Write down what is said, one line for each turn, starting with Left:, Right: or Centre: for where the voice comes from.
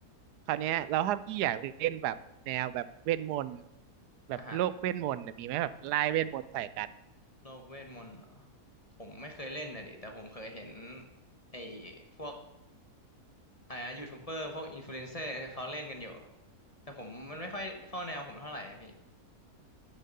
Right: คราวเนี้ยแล้วถ้าพี่อยากเล่นแบบแนวแบบเวทมนต์แบบโลกเวทมนต์เนี่ยมีไหมแบบไล่เวทมนต์ใส่กัน
Left: อ่ะ โลกเวทมนต์เหรอผมไม่เคยเล่นนะดิแต่ผมเคยเห็นไอ้พวกอะไรนะยูทูบเบอร์พวกอินฟลูเอนเซอร์เขาเล่นกันอยู่แต่ผมมันไม่ค่อยเข้าแนวผมเท่าไหร่อะพี่